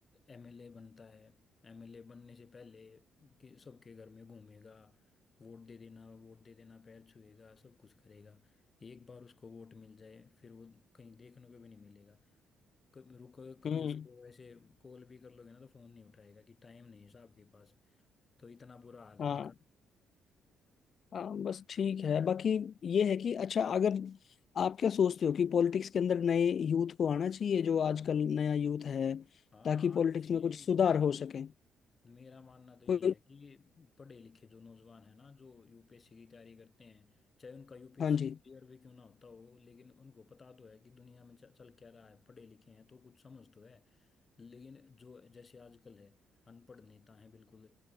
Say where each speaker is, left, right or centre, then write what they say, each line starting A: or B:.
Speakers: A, on the left; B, on the left.
A: एमएलए बनता है एमएलए बनने से पहले कि सबके घर में घूमेगा वोट दे देना वोट दे देना पैर छुएगा सब कुछ करेगा एक बार उसको वोट मिल जाए फिर वो कहीं देखने को भी नहीं मिलेगा कभी रुक कभी
B: हम्म
A: उसको ऐसे कॉल भी कर लोगे ना तो फोन नहीं उठाएगा कि टाइम नहीं है साहब के पास तो इतना बुरा हाल है
B: हाँ
A: इनका
B: हाँ बस ठीक है बाकी ये है कि अच्छा अगर आप क्या सोचते हो कि पॉलिटिक्स के अंदर नए यूथ को आना चाहिए जो आजकल नया यूथ है
A: हाँ
B: ताकि
A: आना
B: पॉलिटिक्स
A: चाहिए
B: में कुछ सुधार हो सके
A: मेरा मानना तो यही
B: कोई
A: है कि पढ़े लिखे जो नौजवान है ना जो यूपीएससी की तैयारी करते हैं चाहे उनका यूपीएससी
B: हाँ जी
A: क्लियर भी क्यों ना होता हो लेकिन उनको पता तो है कि दुनिया में च- चल क्या रहा है पढ़े लिखे हैं तो कुछ समझ तो है लेकिन जो जैसे आजकल है अनपढ़ नेता हैं बिल्कुल